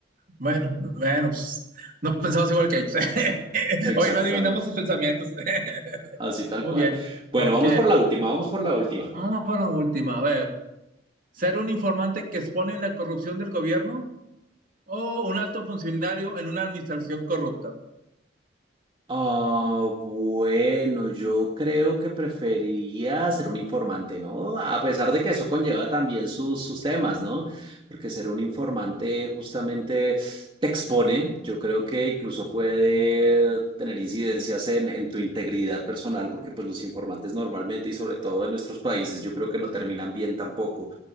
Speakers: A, on the right; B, on the right.
A: Bueno, bueno, pues no pensamos igual que ellos. <laughs>
B: Exactamente,
A: Oye, no adivinamos sus pensamientos. <laughs>
B: así tal
A: Muy
B: cual.
A: bien.
B: Bueno,
A: Ok.
B: vamos por la última, vamos por la última.
A: Vamos con la última. A ver. ¿Ser un informante que expone la corrupción del gobierno o un alto funcionario en una administración corrupta?
B: Ah, bueno, yo creo que prefería ser un informante, ¿no? A pesar de que eso conlleva también sus, sus temas, ¿no? Porque ser un informante justamente te expone, yo creo que incluso puede tener incidencias en, en tu integridad personal, porque pues los informantes normalmente y sobre todo en nuestros países, yo creo que no terminan bien tampoco.